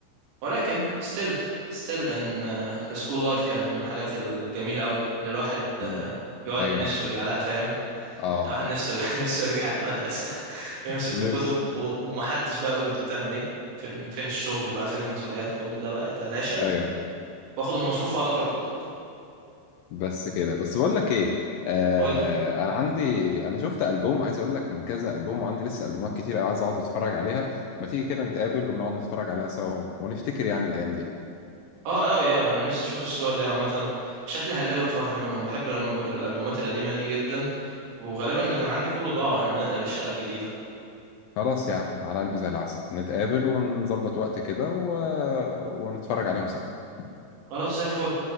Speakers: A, on the right; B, on the left.
A: ولكن still still ان السكول لايف كانت من الحاجات الجميله قوي اللي الواحد آه،
B: مم.
A: بيقعد
B: ايوه
A: نفسه يرجع لها فاهم يعني
B: اه
A: الواحد نفسه <laughs> نفسه يرجع المدرسه <laughs> يمسك
B: نفس
A: الكتب و- ومحدش بقى يقول له انت بتعمل ايه فين فين الشغل بقى فين المسؤوليات كل ده بقى يتلاشى
B: ايوه
A: واخد المصروف واقعد اقرا كتب
B: بس كده بس بقول لك ايه آه
A: قول لي
B: انا عندي انا شفت البوم عايز اقول لك من كذا البوم وعندي لسه البومات كتير قوي عايز اقعد اتفرج عليها ما تيجي كده نتقابل ونقعد نتفرج عليها سوا ونفتكر يعني الايام دي
A: اه قوي قوي انا نفسي اشوف الصور دي عامه شكلي هقلبك في واحد منهم بحب الألب- الالبومات القديمه دي جدا وغالبا اللي كان عندي كله ضاع واحنا بننقل الشقه الجديده
B: خلاص يا عم على قلبي زي العسل نتقابل ونظبط وقت كده و... ونتفرج عليهم سوا
A: خلاص زي الفل